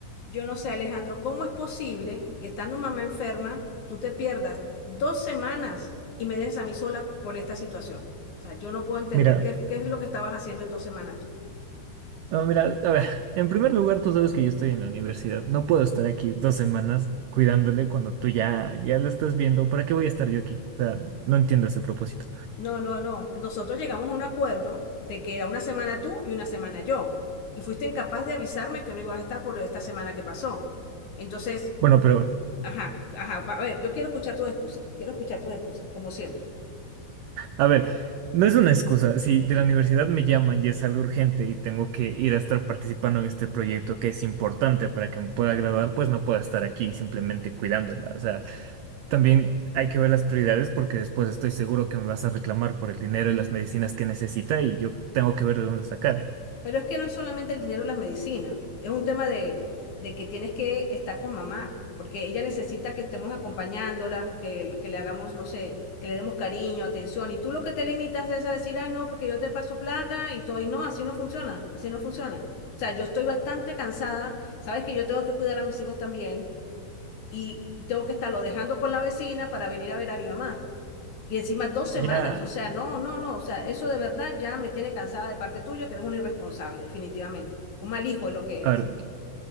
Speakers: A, on the left; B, on the right.
A: Yo no sé, Alejandro, ¿cómo es posible que estando mamá enferma, tú te pierdas dos semanas y me dejes a mí sola con esta situación? O sea, yo no puedo entender
B: Mira,
A: qué, qué es lo que estabas haciendo en dos semanas tú.
B: no, mira, a ver, en primer lugar, tú sabes que yo estoy en la universidad. No puedo estar aquí dos semanas cuidándole cuando tú ya, ya la estás viendo. ¿Para qué voy a estar yo aquí? O sea, no entiendo ese propósito.
A: No, no, no. Nosotros llegamos a un acuerdo de que era una semana tú y una semana yo. Y fuiste incapaz de avisarme que no ibas a estar por esta semana que pasó. Entonces,
B: Bueno, pero,
A: l- ajá, ajá, va- a ver, yo quiero escuchar tus excusas. Quiero escuchar tus excusas, como siempre.
B: a ver, no es una excusa. Si de la universidad me llaman y es algo urgente y tengo que ir a estar participando en este proyecto que es importante para que me pueda graduar, pues no puedo estar aquí simplemente cuidándola. O sea, También hay que ver las prioridades porque después estoy seguro que me vas a reclamar por el dinero y las medicinas que necesita y yo tengo que ver de dónde sacar.
A: Pero es que no es solamente el dinero y las medicinas, es un tema de, de que tienes que estar con mamá, porque ella necesita que estemos acompañándola, que, que le hagamos, no sé, que le demos cariño, atención, y tú lo que te limitas es a decir, ay, no, porque yo te paso plata y todo, y no, así no funciona, así no funciona. O sea, yo estoy bastante cansada, sabes que yo tengo que cuidar a mis hijos también, y tengo que estarlo dejando con la vecina para venir a ver a mi mamá. Y encima dos semanas,
B: Ya,
A: o sea, no, no, no, o sea, eso de verdad ya me tiene cansada de parte tuya, que eres un irresponsable, definitivamente. Un mal hijo es lo que eres.
B: a ver,